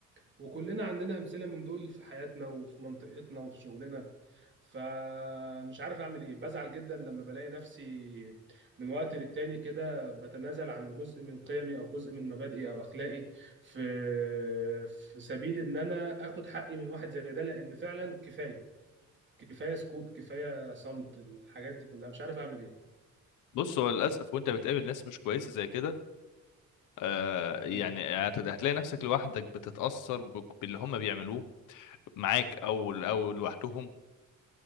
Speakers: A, on the right (about 40°); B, on the left (about 90°).
A: وكلنا عندنا امثله من دول في حياتنا وفي منطقتنا وفي شغلنا فمش عارف اعمل ايه بزعل جدا لما بلاقي نفسي من وقت للتاني كده بتنازل عن جزء من قيمي او جزء من مبادئي او اخلاقي في في سبيل ان انا اخد حقي من واحد زي ده لان فعلا كفايه كفايه سكوت كفايه صمت الحاجات دي كلها مش عارف اعمل ايه
B: بص هو للاسف وانت بتقابل ناس مش كويسه زي كده آه يعني
A: مم.
B: هت- هتلاقي نفسك لوحدك بتتاثر ب- باللي هم بيعملوه معاك او او لوحدهم